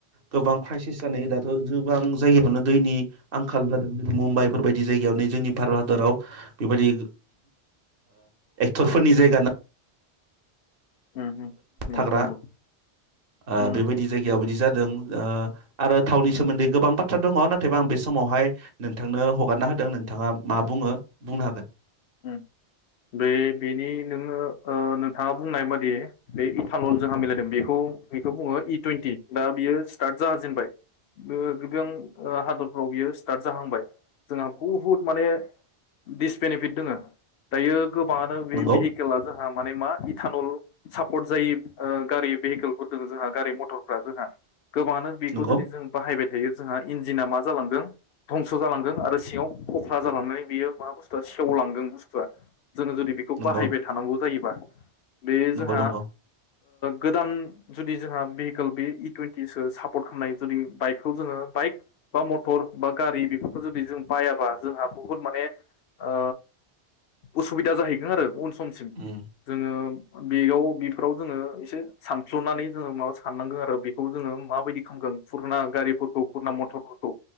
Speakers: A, on the right; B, on the left.
A: गोबां क्राइसिस जानाय दाथ' जों गोबां जायगायावनो दैनि आंखाल जादों जेरै मुम्बाइफोरबायदि जायगायावनो जोंनि भारत हादराव बेबायदि एक्टरफोरनि जायगा ना
B: उम उम नंगौ
A: थाग्रा
B: नंगौ
A: ओ
B: उम
A: बेबायदि जायगायाव बिदि जादों दों ओ आरो थावनि
B: उम
A: सोमोन्दै गोबां बाथ्रा दंङ नाथायबा आं बे समावहाय नों थांनो हगारना होदों नों थाङा मा बुंङो बुंनो हागोन
B: उम बे बेनि नोंङो ओ नोंथाङा बुंनाय बादि बे इटानल जोंहा मिलायदों बेखौ बेखौ बुंङो इ टुइन्टि दा बियो स्टार्ट जाजेनबाय गोबां हादरफ्राव बियो स्टार्ट जाहांबाय जोंहा बुहुत माने दिसपेनि फिट दोंङ दायो गोबानो बे
A: नंगौ
B: भेहिकेला जोंहा माने मा इटानल सापर्ट जायो गारि भेहिकेलफोर दंङ जोंहा गारि मथरफ्रा जोंहा गोबाङानो बेखौ
A: नंगौ
B: जुदि जों बाहायबाय थायो जोंहा इन्जिना मा जालांदों धंस' जालांदों आरो सिङाव खख्रा जालांनानै बियो माबा बुस्थुआ सेवलांदों बुस्थुआ जोङो जुदि बेखौ
A: नंगौ
B: बाहायबाय थानांगौ जायोबा बे
A: नंगौ
B: जोंहा
A: नंगौ
B: गोदान जुदि जोंहा भेहिकेल बे इ टुन्टिसो सापर्ट खालामनाय जुदि बाइकखौ जोङो बाइक बा मटर बा गारि बेफोरखौ जुदि जों बायाबा जोंहा बुहुत माने ओ उसुबिदा जाहैगोन आरो उन समसिम
A: उम
B: जोङो बेयाव बेफोराव जोङो एसे सानफ्ल'नानै जोङो माबा साननांगो आरो बेखौ जोङो माबायदि खालामगोन फुरना गारिफोरखौ फुरना मथरफोरखौ